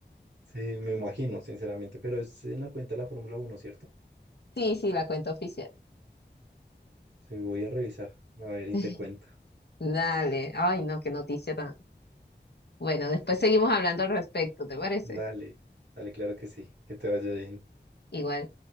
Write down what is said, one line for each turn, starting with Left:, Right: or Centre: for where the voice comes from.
Right: Sí, me imagino, sinceramente. Pero es en la cuenta de la Fórmula Uno, ¿cierto?
Left: Sí, sí, la cuenta oficial.
Right: Sí, voy a revisar. A ver, y
Left: <laughs>
Right: te cuento.
Left: Dale. Ay, no, qué noticia tan. Bueno, después
Right: Sí.
Left: seguimos hablando al respecto, ¿te parece?
Right: Dale, dale, claro que sí. Que te vaya bien.
Left: Igual.